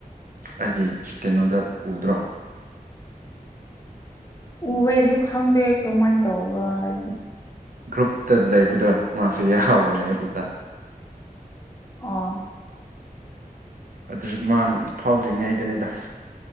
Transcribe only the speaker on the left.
ꯎꯋꯦ ꯑꯗꯨ ꯈꯪꯗꯦ ꯀꯃꯥꯏ ꯇꯧꯕꯔ ꯗꯤ
ꯑꯥ